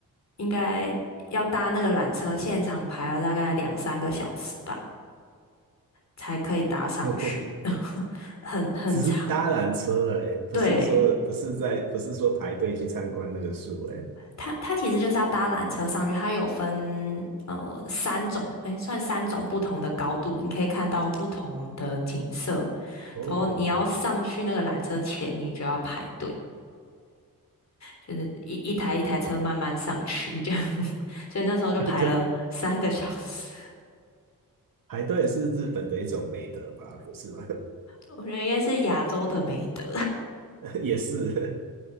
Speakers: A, on the left (about 50°); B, on the right (about 65°).
A: 应该要搭那个缆车，现场排了大概两三个小时吧，才可以搭上去，
B: <laughs>
A: <laughs> 很很长。
B: 只是搭缆车哎，不是说不是在不是说排队去参观那个树哎。
A: 对，它它其实就是要搭缆车上去，它有分呃三种，哎，算三种不同的高度，你可以看到不同的景色。
B: 哦，
A: 然后你要上去那个缆车前，你就要排队，就是一一台一台车慢慢上去这样。<laughs> 所以那时候就排了三个小时，
B: <laughs> 可排队是日本的一种美德吧？不是吗？
A: 我觉得应该是亚洲的美德。
B: <laughs> 也是，